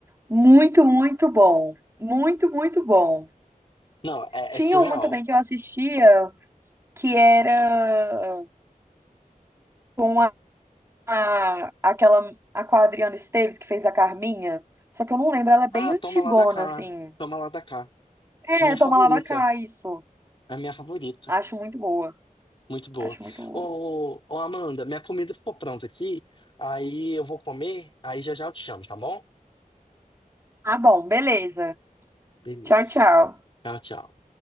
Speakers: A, on the right; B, on the left.
A: muito, muito bom. Muito, muito bom.
B: Não, é,
A: Tinha
B: é surreal.
A: uma também que eu assistia que era com a, a- aquela a com a Adriana Esteves que fez a Carminha. Só que eu não lembro, ela é bem
B: Ah,
A: antigona,
B: Toma Lá da Cá.
A: assim.
B: Toma Lá da Cá.
A: É,
B: Minha
A: Toma
B: favorita.
A: lá da cá, isso.
B: A minha favorita.
A: Acho muito boa.
B: Muito boa.
A: Acho muito boa.
B: Ô, ô, Amanda, minha comida ficou pronta aqui. Aí eu vou comer. Aí já já eu te chamo, tá bom?
A: Tá bom, beleza.
B: Beleza.
A: Tchau, tchau.
B: Tchau, tchau.